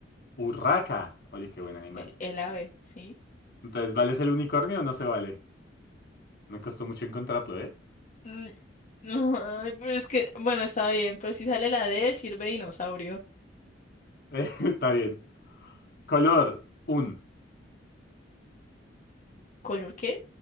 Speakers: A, on the left; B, on the left.
A: Urraca. Oye, qué buen animal.
B: E- El ave, ¿sí?
A: Entonces, ¿vale es el unicornio o no se vale? Me costó mucho encontrarlo, ¿eh? <laughs>
B: Mm, no, Ay, pero es que, bueno, está bien, pero si sale la D, sirve dinosaurio.
A: Eh, Está bien. Color, un,
B: ¿Color qué?